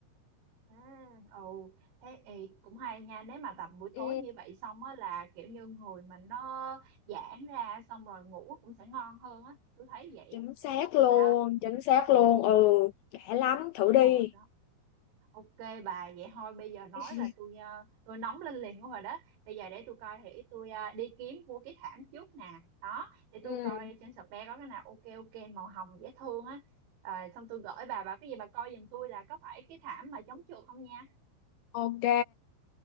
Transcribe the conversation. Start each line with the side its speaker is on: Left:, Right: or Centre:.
Right: À, ồ, thế ê, cũng hay nha. Nếu mà tập buổi
Left: Ừ,
Right: tối như vậy xong á là kiểu như người mình nó giãn ra xong rồi ngủ cũng sẽ ngon hơn á. Tôi thấy vậy
Left: chính
Right: á.
Left: xác luôn
Right: Bà.
Left: Chính xác
Right: Ừ,
Left: luôn, ừ Đã lắm, thử đi
Right: ừ, đó. Ok bà vậy thôi bây giờ nói
Left: <laughs>
Right: là tôi ờ, tôi nóng lên liền rồi đó bây giờ để tôi coi thì tôi ờ, đi kiếm mua cái thảm trước nè đó để
Left: Ừ,
Right: tôi coi trên Shopee có cái nào ok ok màu hồng dễ thương á Ờ, xong tôi gửi bà bà cái gì bà coi giùm tôi là có phải cái thảm mà chống trượt không nha
Left: ok